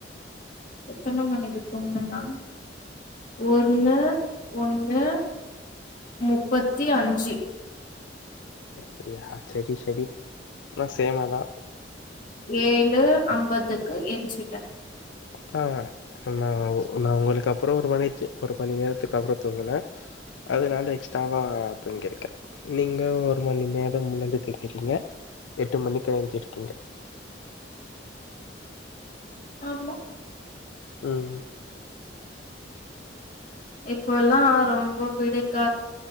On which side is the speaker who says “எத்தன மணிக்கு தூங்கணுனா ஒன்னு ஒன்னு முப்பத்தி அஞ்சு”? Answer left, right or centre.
Left